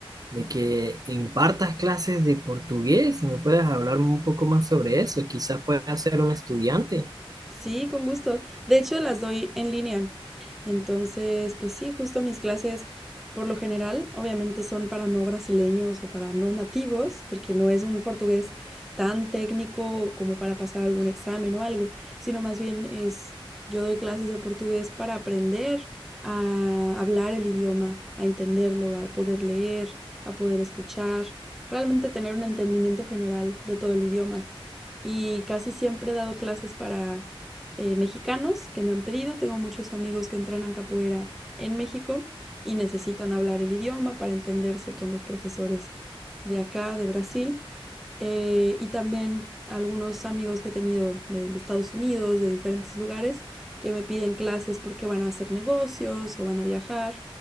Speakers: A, on the right; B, in the centre.
A: de que impartas clases de portugués. ¿Me puedes hablar un poco más sobre eso? Quizás puedas ser un estudiante.
B: Sí, con gusto. De hecho, las doy en línea. Entonces, pues sí, justo mis clases, por lo general, obviamente son para no brasileños o para no nativos, porque no es un portugués tan técnico como para pasar algún examen o algo, sino más bien es, yo doy clases de portugués para aprender a hablar el idioma, a entenderlo, a poder leer, a poder escuchar, realmente tener un entendimiento general de todo el idioma. Y casi siempre he dado clases para eh, mexicanos que me han pedido. Tengo muchos amigos que entrenan capoeira en México y necesitan hablar el idioma para entenderse con los profesores de acá, de Brasil. Eh, y también algunos amigos que he tenido de, de, Estados Unidos, de diferentes lugares, que me piden clases porque van a hacer negocios o van a viajar